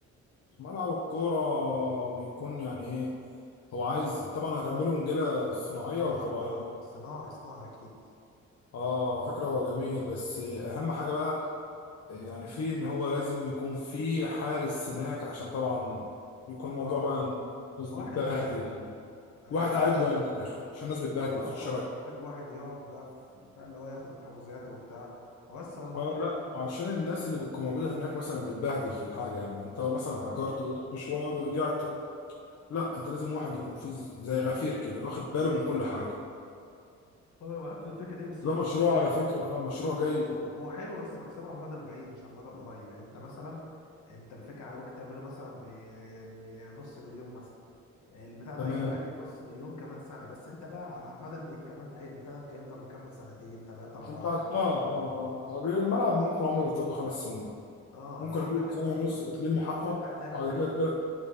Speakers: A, on the left; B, on the left.
A: ملعب الكورة بيكون يعني ايه هو عايز طبعا هتعمله نجيلة صناعية
B: صناعي
A: ولا طبيعية
B: اه صناعي صناعي اكيد
A: اه فكرة هو جميل بس اهم حاجة بقى يعني فيه ان هو لازم يكون فيه حارس هناك عشان طبعا بيكون الموضوع
B: اه آه.
A: بقى إن الناس
B: واحد
A: بتبهدل
B: ايوه
A: واحد
B: انا
A: قاعد له يعني من الاخر عشان الناس بتبهدل
B: اه
A: في الشبكة
B: اه محتاج واحد يقعد بقى في بتاع اللي هو ياخد الحجوزات وبتاع بس هو الموضوع
A: اه
B: حلو
A: لا وعشان الناس اللي بتكون موجودة هناك مثلا بتبهدل في الحاجة يعني انت لو مثلا
B: انا فاهمك
A: اجرت ورحت
B: فاهم.
A: مشوار ورجعت لا انت لازم واحد يكون فيه زي غفير كده واخد باله من كل حاجة
B: هو معاك في الفكره دي بس
A: ده
B: هو
A: مشروع
B: انا
A: على فكرة اه مشروع
B: هو مكسبه
A: جيد يعني
B: هو حلو بس مكسبه على المدى البعيد مش على المدى القريب يعني انت مثلا انت الفكره على ممكن تعمله مثلا ب- بنص مليون مثلا البتاع
A: تمام
B: ده هيجيب لك النص مليون كمان سنه بس انت بقى على على المدى البعيد كمان هي- البتاع ده ممكن يفضل مكمل سنتين ثلاثه اربعه
A: انت عارف-
B: خمسه
A: اه
B: سنة.
A: اه اه هو بيقول الملعب ممكن عمره يفترضه خمس سنين
B: اه
A: ممكن
B: اللي هو
A: اول
B: فاهم انت
A: سنة
B: ما-
A: ونص بتلم حقه
B: اصل انت هتعمل
A: وبعد
B: فيه
A: كده
B: ايه
A: تل-